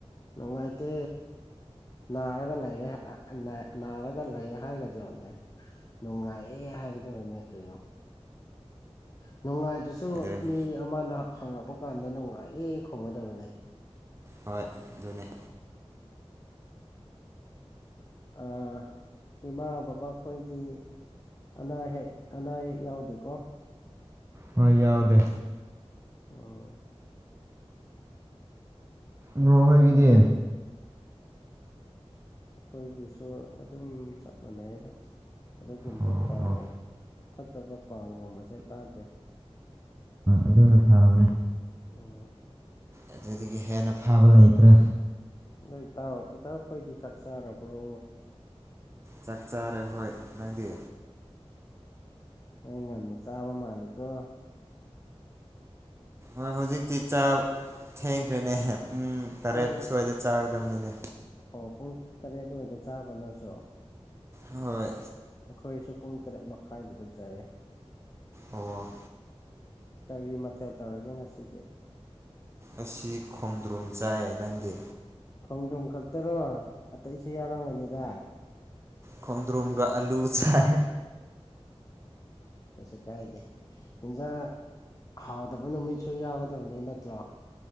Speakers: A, on the left (about 35°); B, on the right (about 25°).
A: ꯅꯨꯡꯉꯥꯏꯇꯦ ꯅꯥꯔꯒ ꯂꯩꯔꯦ ꯅꯥꯔꯒ ꯂꯩꯔꯦ ꯍꯥꯏꯒꯗ꯭ꯔꯣꯅꯦ ꯅꯨꯡꯉꯥꯏꯌꯦ ꯍꯥꯏꯒꯗꯕꯅꯦ ꯀꯩꯅꯣ ꯅꯨꯡꯉꯥꯏꯗꯁꯨ
B: ꯑꯗꯨꯅꯤ
A: ꯃꯤ ꯑꯃꯅ ꯍꯪꯉꯛꯄ ꯀꯥꯟꯗ ꯅꯨꯡꯉꯥꯏꯌꯦ ꯈꯨꯝꯒꯗꯕꯅꯦ
B: ꯍꯣꯏ ꯑꯗꯨꯅꯦ
A: ꯑ ꯏꯃꯥ ꯕꯕꯥ ꯈꯣꯏꯗꯤ ꯑꯅꯥꯍꯦꯛ ꯑꯅꯥꯌꯦꯛ ꯌꯥꯎꯗꯦꯀꯣ
B: ꯍꯣꯏ ꯌꯥꯎꯗꯦ
A: ꯎꯝ
B: ꯕ꯭ꯔꯣ ꯍꯣꯏꯒꯤꯗꯤ
A: ꯑꯩꯈꯣꯏꯒꯤꯁꯨ ꯑꯗꯨꯝ ꯆꯞ ꯃꯥꯟꯅꯩꯌꯦ ꯑꯗꯨꯒꯨꯝꯕ
B: ꯑꯣ
A: ꯄꯥꯎ
B: ꯑꯣ
A: ꯐꯠꯇꯕ ꯄꯥꯎꯒꯨꯝꯕꯁꯦ ꯇꯥꯗꯦ
B: ꯑꯗꯨꯅ ꯐꯕꯅꯦ
A: ꯎꯝ
B: ꯑꯗꯨꯗꯒꯤ ꯍꯦꯟꯅ ꯐꯥꯕ ꯂꯩꯇ꯭ꯔꯦ
A: ꯑꯩꯈꯣꯏ ꯏꯇꯥꯎ ꯏꯇꯥꯎꯈꯣꯏꯗꯤ ꯆꯥꯛ ꯆꯥꯔꯕ꯭ꯔꯣ
B: ꯆꯥꯛ ꯆꯥꯔꯦ ꯍꯣꯏ ꯅꯪꯗꯤ
A: ꯑꯩ ꯉꯥꯟꯅ ꯆꯥꯕ ꯃꯂꯦꯀꯣ
B: ꯍꯣꯏ ꯍꯧꯖꯤꯛꯇꯤ ꯆꯥ ꯊꯦꯡꯈ꯭ꯔꯦꯅꯦ ꯄꯨꯡ ꯇꯔꯦꯠ
A: ꯄꯨꯡ
B: ꯁ꯭ꯋꯥꯏꯗ ꯆꯥꯒꯗꯝꯕꯅꯤꯅꯦ
A: ꯑꯣ ꯄꯨꯡ ꯇꯔꯦꯠꯋꯥꯏꯗ ꯆꯥꯕ ꯅꯣꯏꯁꯨ
B: ꯍꯣꯏ
A: ꯑꯩꯈꯣꯏꯁꯨ ꯄꯨꯡ ꯇꯔꯦꯠ ꯃꯈꯥꯏꯗꯨꯗ ꯆꯥꯏꯑ
B: ꯑꯣ
A: ꯀꯔꯤ ꯃꯊꯦꯜ ꯇꯧꯔꯒꯦ ꯉꯁꯤꯗꯤ
B: ꯑꯁꯤ ꯈꯣꯡꯗ꯭ꯔꯨꯝ ꯆꯥꯏ ꯅꯪꯗꯤ
A: ꯈꯣꯡꯗ꯭ꯔꯣꯝ ꯈꯛꯇꯔꯣ ꯑꯇꯩꯁꯨ ꯌꯥꯎꯔꯝꯒꯅꯤꯗ
B: ꯈꯣꯡꯗ꯭ꯔꯣꯨꯝꯒ ꯑꯥꯂꯨ ꯁꯥꯏ
A: ꯀꯩꯁꯨ ꯀꯥꯏꯗꯦ ꯏꯟꯖꯥꯡ ꯍꯥꯎꯗꯕ ꯅꯨꯃꯤꯠꯁꯨ ꯌꯥꯎꯒꯗꯕꯅꯤ ꯅꯠꯇ꯭ꯔꯣ